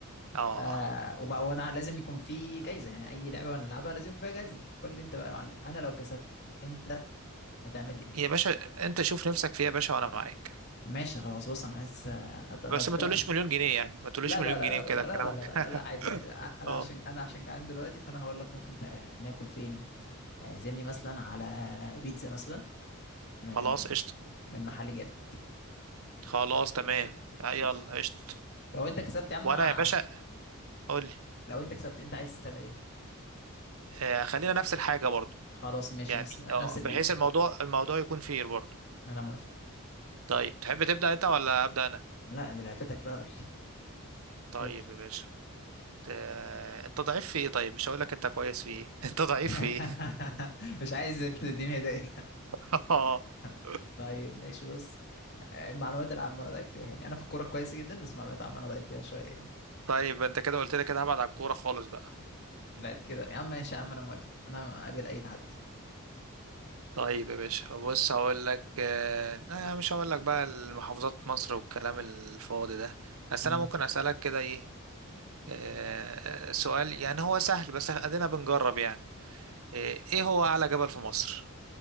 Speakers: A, on the right; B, on the left.
A: اه
B: ف وبقى وانا لازم يكون في جايزه يعني اي لعبه بنلعبها لازم يكون فيها جايزه قول لي انت بقى يا معلم انا لو كسبت انت هتعمل لي ايه
A: يا باشا انت شوف نفسك فيها يا باشا وانا معاك
B: ماشي خلاص بص انا عايز اتغدى
A: بس ما تقوليش مليون جنيه يعني ما تقوليش
B: لا
A: مليون
B: لا لا
A: جنيه وكده
B: لا لا
A: كلامك
B: لا لا لا لا
A: <laughs>
B: لا لا عادي عادي ع- انا
A: اه
B: عشان انا عشان جعان دلوقتي فانا هقول لك ممكن تع- ناكل فين اعزمني مثلا على بيتزا مثلا من
A: خلاص قشطة
B: من محل جامد
A: خلاص تمام
B: ماشي
A: آه،
B: ماشي
A: يلا قشطة
B: لو انت كسبت يا عم
A: وانا
B: ع-
A: يا باشا قول لي
B: لو انت كسبت انت عايز تعمل ايه
A: آه خلينا نفس الحاجة برضو
B: خلاص ماشي
A: يعني
B: نفس نفس
A: اه
B: البيتزا
A: بحيث الموضوع الموضوع يكون فير برضو
B: انا موافق
A: طيب تحب تبدأ انت ولا أبدأ انا
B: لا دي لعبتك بقى قول لي
A: طيب
B: قول
A: يا باشا آه انت ضعيف في ايه طيب مش هقول لك انت كويس في ايه <laughs> انت ضعيف
B: <laughs>
A: في ايه
B: مش عايز انت تديني هدايا
A: <laughs>
B: <laughs> طيب ماشي بص المعلومات العامة انا ضعيف فيها يعني انا في الكورة كويس جدا بس المعلومات العامة انا ضعيف فيها شوية يعني
A: طيب انت كده قلت لي كده هبعد على الكورة خالص بقى
B: بعد كده يا عم ماشي يا عم انا موافق انا قابل اي تحدي
A: طيب يا باشا بص هقول لك آه آه، مش هقول لك بقى المحافظات مصر والكلام الفاضي ده بس
B: مم.
A: انا ممكن اسألك كده ايه آه، سؤال يعني هو سهل بس ادينا بنجرب يعني آه، ايه هو اعلى جبل في مصر